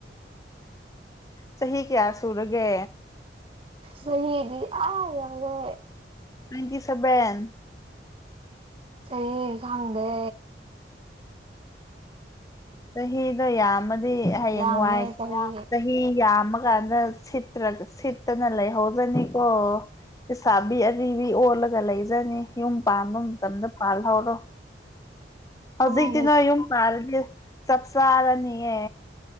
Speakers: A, on the left (about 20°); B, on the right (about 30°).
A: ꯆꯍꯤ ꯀꯌꯥ ꯁꯨꯔꯒꯦ
B: ꯁꯍꯤꯗꯤ ꯑꯥ ꯌꯧꯔꯦ
A: ꯇꯨꯨ꯭ꯋꯦꯟꯇꯤꯁꯥꯚꯦꯜ
B: ꯆꯍꯤ ꯈꯪꯗꯦ
A: ꯆꯍꯤꯗꯣ ꯌꯥꯝꯃꯗꯤ ꯍꯌꯦꯡ
B: ꯌꯥꯝꯃꯦ
A: ꯋꯥꯏ
B: ꯆꯍꯤ
A: ꯆꯍꯤ ꯌꯥꯝꯃꯀꯥꯟꯗ ꯁꯤꯠꯇ꯭ꯔ ꯁꯤꯠꯇꯅ ꯂꯩꯍꯧꯗꯣꯏꯅꯤꯀꯣ ꯂꯩꯁꯥꯕꯤ ꯑꯔꯤꯕꯤ ꯑꯣꯜꯂꯒ ꯂꯩꯖꯅꯤ ꯌꯨꯝ ꯄꯥꯟꯕ ꯃꯇꯝꯗ ꯄꯥꯜꯍꯧꯔꯣ ꯍꯧꯖꯤꯛꯇꯤ
B: ꯎꯝ
A: ꯅꯣꯏ ꯌꯨꯝ ꯄꯥꯜꯔꯗꯤ ꯆꯞ ꯆꯥꯔꯅꯤꯌꯦ